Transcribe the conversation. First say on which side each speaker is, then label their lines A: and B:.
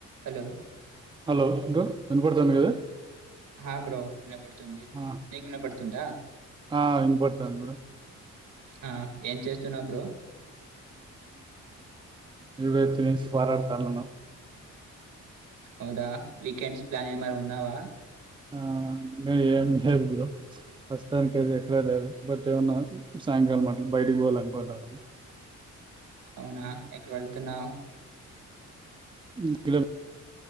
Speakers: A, on the right; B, on the right.
A: హలో
B: హలో టు వినపడతుంది కద
A: ఆ! బ్రో వినపడుతుంది.
B: ఆ
A: నీకు వినపడుతుందా?
B: ఆ ఇనపడుతాంది బ్రో
A: ఆ ఏం చేస్తున్నావ్ బ్రో
B: వివ స్రఫారెర్ కాలేల్ నో
A: అవునా వీకెండ్స్ ప్లాన్ ఏమైన ఉన్నావా
B: ఆ ఇంకా ఏం లేదు బ్రో ప్రస్తుతానికి అది ఎక్కడ లేదు. బట్ ఏమన్నా సాయంకాలం అట్ల బయటకి పోవాల అనుకుంటాను.
A: అవునా ఎక్కడ వెళతున్నావు
B: ఇక్కడె